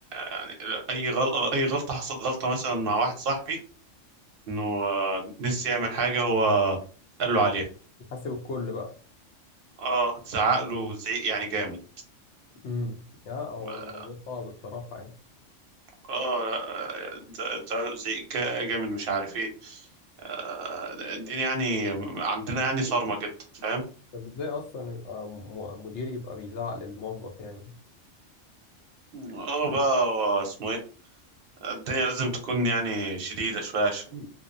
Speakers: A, on the right; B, on the left.
A: يعني أي غلطة أي غلطة حصلت غلطة مثلا مع واحد صاحبي إنه آه، نسي يعمل حاجة هو قال له عليها
B: بتحسب الكل بقى
A: اه اتزعق له زعيق يعني جامد
B: امم يا هو
A: و-
B: الموضوع صعب الصراحة يعني
A: اه لا، اتزعق اتزعق له زعيق جا- جامد مش عارف ايه آه، الدنيا يعني عندنا يعني صارمة جدا فاهم
B: طب ازاي اصلا يبقى م- مدير يبقى بيزعق للموظف يعني
A: اه بقى هو اسمه ايه الدنيا لازم تكون يعني شديدة شوية عشان